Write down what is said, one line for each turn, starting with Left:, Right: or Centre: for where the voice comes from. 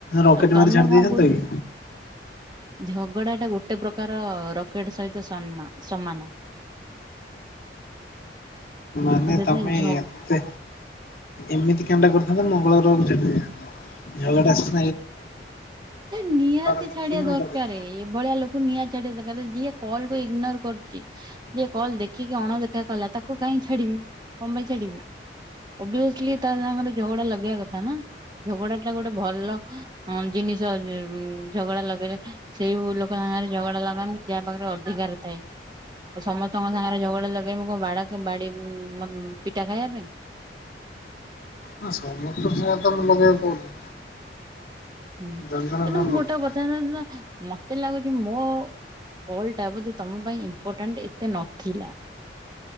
Left: ରକେଟ
Right: ଆଉ
Left: ମାରି
Right: ତମେ
Left: ଛାଡି ଦେଇଥାନ୍ତ
Right: କଣ କହୁଚ
Left: କି?
Right: ଝଗଡା ଟା ଗୋଟେ ପ୍ରକାର ରକେଟ୍ ସହିତ ସନ୍ ମା ସମାନ।
Left: ମାନେ
Right: ତ ସେଥିପାଇଁ
Left: ତମେ
Right: ଝଗ
Left: ଏତେ ଏମିତି କାଣ୍ଡ କରିଥାନ୍ତ, ମଙ୍ଗଳ ଗ୍ରହକୁ ଛାଡି ଦେଇଥାନ୍ତ, ଝଗଡା ସ
Right: ନିହାତି
Left: ଗଲେ
Right: ଛାଡଆ
Left: କେମିତି
Right: ଦରକାର୍,
Left: କରିବ?
Right: ଏଭଳିଆ ଲୋକ୍ କୁ ନିଆଁ ଛାଡିବା ଦରକାର୍, ଯିଏ କଲ୍ କୁ ଇଗନୋର୍ କରୁଚି ଯିଏ କଲ୍ ଦେଖିକି ଅଣଦେଖା କଲା, ତାକୁ କାହିଁ ଛାଡିବି, କଣ ପାଇଁ ଛାଡିବି? ଓଭିଅସଲି ତା ସାଙ୍ଗରେ ଝଗଡା ଲଗେଇବା କଥା ନା, ଝଗଡା ଟା ଗୋଟେ ଭଲ ଜିନିଷ୍, ଝଗଡା ଲଗେଇଲେ ସେଇ ଲୋକ ସାଙ୍ଗରେ ଝଗଡା ଲଗାନ୍ତି, ଯାହା ପାଖରେ ଅଧିକାର ଥାଏ। ଆ ସମସ୍ତଙ୍କ ସାଙ୍ଗରେ ଝଗଡ଼ା ଲଗେଇବୁ, କ ବାଡ ବାଡି ପିଟା ଖାଇବା ପାଇଁ?
Left: ହଁ ସମସ୍ତ <unintelligible> ମୁଁ ଲଗେଇବାକୁ କହୁନି।
Right: ହୁଁ,
Left: ଜଣେ
Right: କିନ୍ତୁ
Left: ଜଣେ ସାର
Right: ମୁଁ
Left: ଲଗାଅ।
Right: ଗୋଟେ କଥା <unintelligible> ମତେ ଲାଗୁଚି ମୋ କଲ୍ ଟା, ବୋଧେ ତମ ପାଇଁ ଇମ୍ପୋର୍ଟାଣ୍ଟ୍ ଏତେ ନଥିଲା।